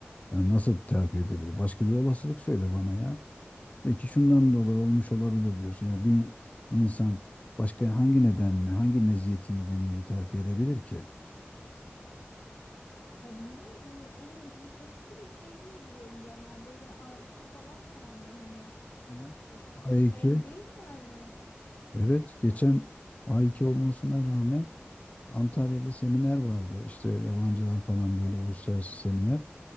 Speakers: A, on the left (about 35°); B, on the left (about 75°).
A: Yani nasıl terfi edebilir? Başka bir olasılık söyle bana ya. De ki şundan dolayı olmuş olabilir diyorsun. Yani bir insan başka hangi nedenle, hangi meziyeti nedeniyle terfi edebilir ki?
B: Ya bilmiyorum yani onun İngilizcesi bile şey diye biliyorum ben yani böyle a iki falan yani hani
A: Hı.
B: e,
A: A2.
B: yeterli değil yani.
A: Evet, geçen A2 olmasına rağmen Antalya'da seminer vardı. İşte yabancılar falan böyle uluslararası seminer.